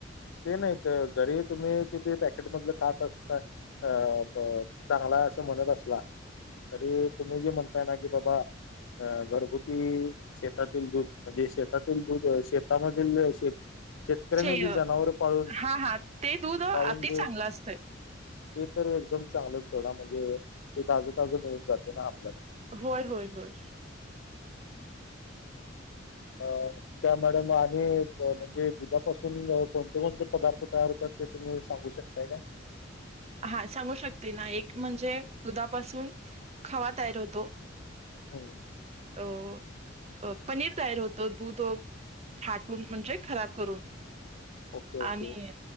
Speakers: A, on the left (about 80°); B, on the right (about 35°).
A: ते नाहीत ते जरी तुम्ही तिथे पॅकेटमधलं खात असताय अ ब चांगलाय असं म्हणत असला तरी तुम्ही जे म्हणताय ना की बाबा आ घरगुती शेतातील दूध म्हणजे शेतातील दूध शेतामधील शेत शेतकऱ्यांनी
B: से
A: जी जनावर पाळून
B: हा हा ते दूध अति
A: पाळून जे
B: चांगलं
A: ते
B: असतंय.
A: तर एकदम चांगलं सोडा म्हणजे ते ताज ताज मिळून जातय ना आपल्याला
B: होय होय होय
A: अ त्या मॅडम आणि म्हणजे दुधापासून कोणते कोणते पदार्थ तयार होतात ते तुम्ही सांगू शकताय का
B: हा सांगू शकते ना एक म्हणजे दुधापासून खवा तयार होतो
A: हुं
B: अ अ पनीर तयार होतो दूध फाटून म्हणजे खराब करून
A: ओके ओके
B: आणि